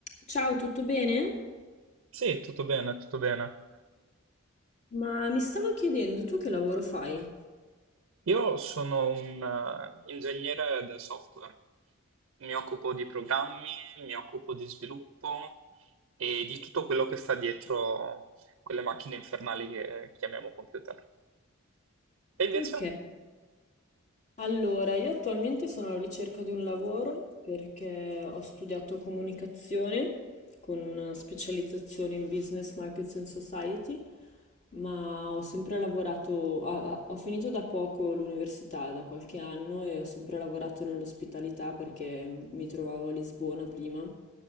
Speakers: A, on the left (about 35°); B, on the right (about 70°).
A: Ciao, tutto bene?
B: Sì, tutto bene, tutto bene.
A: Ma mi stavo chiedendo, tu che lavoro fai?
B: Io sono un eh, ingegnere del software, mi occupo di programmi, mi occupo di sviluppo e di tutto quello che sta dietro quelle macchine infernali che chiamiamo computer. E invece,
A: Ok, allora io attualmente sono alla ricerca di un lavoro perché ho studiato comunicazione con una specializzazione in business, markets and society, ma ho sempre lavorato, ah, ah, ho finito da poco l'università, da qualche anno, e ho sempre lavorato nell'ospitalità perché mi trovavo a Lisbona prima.